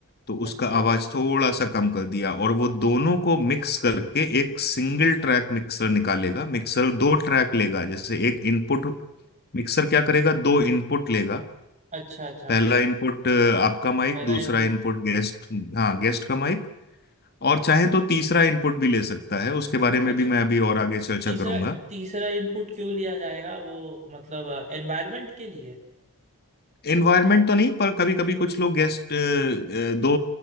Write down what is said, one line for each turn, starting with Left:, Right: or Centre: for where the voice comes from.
Left: तो
Right: अच्छा
Left: उसका आवाज थोड़ा सा कम कर दिया और वो दोनों को मिक्स करके एक सिंगल ट्रैक मिक्सर निकालेगा मिक्सर दो ट्रैक लेगा जैसे एक इनपुट मिक्सर क्या करेगा दो इनपुट लेगा
Right: अच्छा अच्छा
Left: पहला इनपुट आपका माइक
Right: पहला
Left: दूसरा
Right: इनपुट
Left: इनपुट गेस्ट हाँ गेस्ट का माइक
Right: हाँ
Left: और चाहे तो तीसरा इनपुट भी ले सकता है उसके बारे
Right: अच्छा
Left: में भी मैं अभी और आगे चर्चा
Right: तीसरा
Left: करूंगा
Right: तीसरा इनपुट क्यों लिया जाएगा वो मतलब एनवायरनमेंट के लिए
Left: एनवायरनमेंट तो नहीं पर कभी कभी कुछ लोग गेस्ट दो